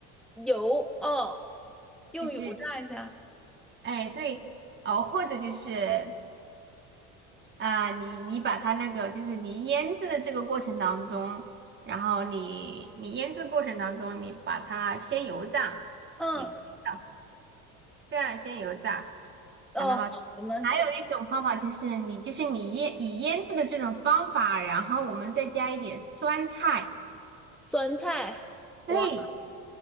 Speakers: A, in the centre; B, on the right.
A: 油？哦，用油炸一下。
B: 就是哎对哦，或者就是啊、你你把它那个就是你腌制的这个过程当中，然后你你腌制过程当中，你把它先油炸，
A: 嗯，
B: 也可以的这样先油炸。
A: 哦，
B: 还蛮好。
A: 好的呢，
B: 还有一种方法就是你就是你腌以腌制的这种方法，
A: 谢。
B: 然后我们再加一点酸菜，
A: 酸菜，
B: 对，
A: 我